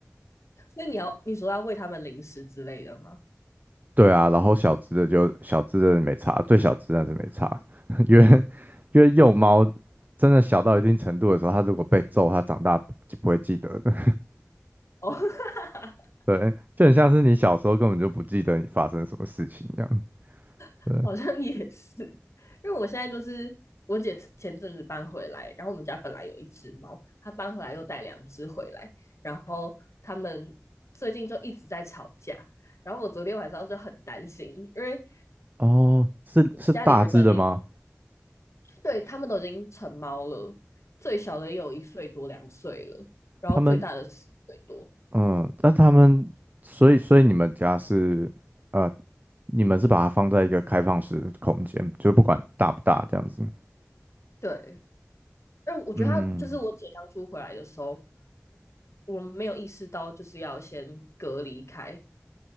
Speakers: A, on the left; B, on the right.
A: 所以你要你说要喂他们零食之类的吗？
B: 对啊，然后小只的就小只的没差，最小只的是没差，<laughs> 因为因为幼猫真的小到一定程度的时候，它如果被揍，它长大就不会记得的。
A: 哦，<laughs> 哈哈哈
B: <laughs> 对，就很像是你小时候根本就不记得你发生什么事情一样。
A: <laughs>
B: 对，
A: 好像也是，因为我现在就是我姐前阵子搬回来，然后我们家本来有一只猫，她搬回来又带两只回来，然后他们最近就一直在吵架，然后我昨天晚上就很担心，因为
B: 哦，是是大只的吗？
A: 家里人的那对他们都已经成猫了，最小的也有一岁多两岁了，然后最大的四岁多，
B: 他们嗯，那他们，所以所以你们家是，呃，你们是把它放在一个开放式的空间，就不管大不大这样子。
A: 对，因为我觉得她就是我姐当初回来的时候，
B: 嗯，
A: 我们没有意识到就是要先隔离开。